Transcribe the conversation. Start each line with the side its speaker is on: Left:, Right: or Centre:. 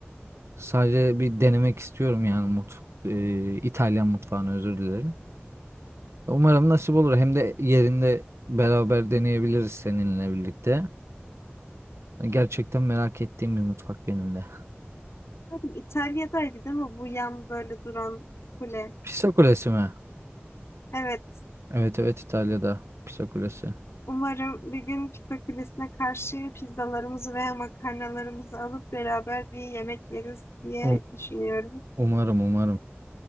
Right: Sadece bir denemek istiyorum yani mutfak, İtalyan mutfağını özür dilerim. Umarım nasip olur. Hem de yerinde beraber deneyebiliriz seninle birlikte. Gerçekten merak ettiğim bir mutfak benim de.
Left: Umarım İtalya'daydı değil mi bu yan böyle duran kule?
Right: Pisa Kulesi mi?
Left: Evet,
Right: Evet evet İtalya'da Pisa Kulesi.
Left: umarım bir gün pizza kulesine karşı pizzalarımızı veya makarnalarımızı alıp beraber bir yemek yeriz diye
Right: Um-
Left: düşünüyorum
Right: umarım umarım.